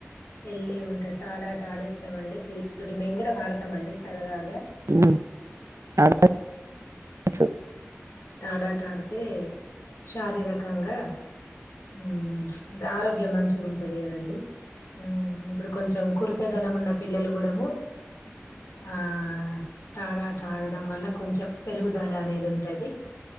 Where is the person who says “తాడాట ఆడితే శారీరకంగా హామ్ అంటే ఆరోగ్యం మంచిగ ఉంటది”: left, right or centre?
Left